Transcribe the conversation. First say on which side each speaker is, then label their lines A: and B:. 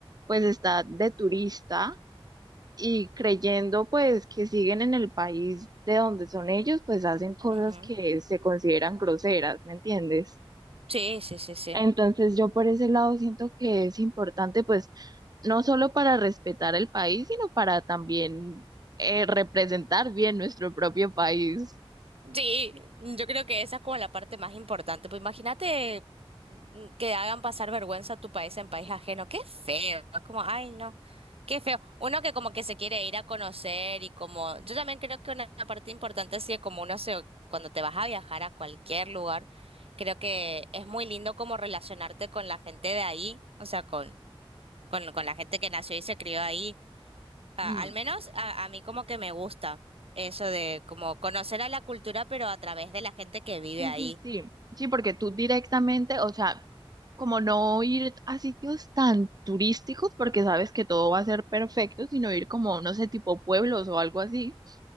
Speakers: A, on the right; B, on the right.
A: pues está de turista y creyendo pues que siguen en el país de donde son ellos, pues hacen cosas
B: ujú.
A: que se consideran groseras, ¿me entiendes?
B: Sí, sí, sí, sí.
A: Entonces yo por ese lado siento que es importante pues no solo para respetar el país, sino para también eh, representar bien nuestro propio país.
B: Sí, yo creo que esa es como la parte más importante. Pues imagínate mm, que hagan pasar vergüenza a tu país en país ajeno. Qué feo. Es como, ay, no. Qué feo. Uno que como que se quiere ir a conocer y como, yo también creo que una parte importante así es como uno se, cuando te vas a viajar a cualquier lugar, creo que es muy lindo como relacionarte con la gente de ahí, o sea, con, con, con la gente que nació y se crió ahí Ah,
A: Mm,
B: al menos a, a mí como que me gusta eso de como conocer a la cultura, pero a través de la gente que vive
A: Sí,
B: ahí.
A: sí, sí, sí, porque tú directamente, o sea, como no ir a sitios tan turísticos porque sabes que todo va a ser perfecto, sino ir como, no sé, tipo pueblos o algo así